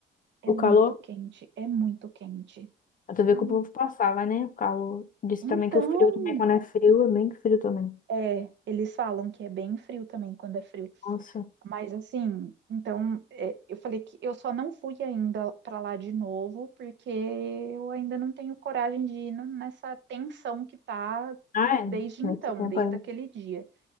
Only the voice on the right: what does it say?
é
muito
quente, é muito quente.
Hum.
Então,
é, eles falam que é bem frio também quando é frio.
Mas assim, então, é, eu falei que eu só não fui ainda para lá de novo, porque eu ainda não tenho coragem de ir no- nessa tensão que tá
desde então,
desde
aquele dia.